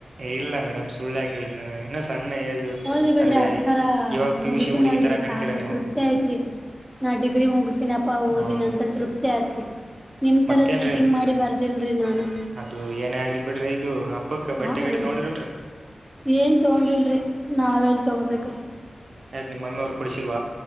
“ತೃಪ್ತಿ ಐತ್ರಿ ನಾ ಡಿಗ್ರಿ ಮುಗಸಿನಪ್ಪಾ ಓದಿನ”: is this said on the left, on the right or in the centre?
Centre